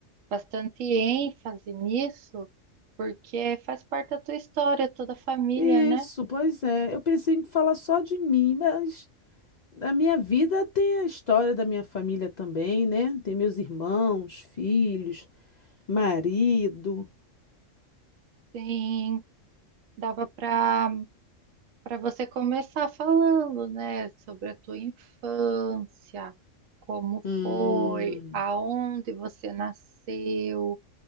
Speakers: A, on the right (about 80°); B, on the left (about 65°).
A: bastante ênfase nisso, porque faz parte da tua história, toda a família,
B: Isso,
A: né?
B: pois é. Eu pensei em falar só de mim, mas na minha vida tem a história da minha família também, né? Tem meus irmãos, filhos, marido.
A: Sim, dava para para você começar falando, né, sobre a tua infância, como
B: Hum,
A: foi, aonde você nasceu,